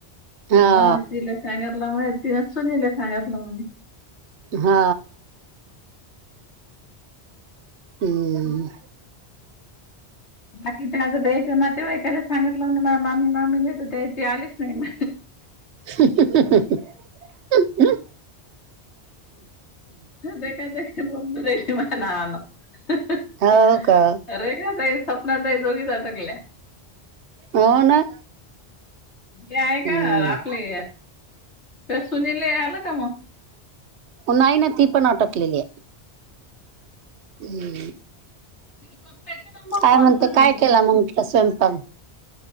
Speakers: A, on the right; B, on the left.
A: हा
B: म्हण तिला सांगातलं म्ह ति न सुनीले सांगातलं म्हणे
A: हा हम्
B: बाकीच्या आजं द्यायचं ना ते एकाच सांगितलं मा्मी मामीला द्यायच आलेच नाही म
A: <inaudible>
B: देखा दखा बमब रेडी बनवान अरे
A: हो का
B: का तई स्वपना तई दोगीच अटकल्या
A: हो ना
B: हे आहे
A: हम्म
B: का आपले ते सुनीले आलं का मग
A: नाही ना ती पण अटकलेली आहे हम्म
B: करता येते ना मग
A: काय
B: कॉल
A: म्हणते
B: करीन
A: काय केला मंग त्या स्वयंपाक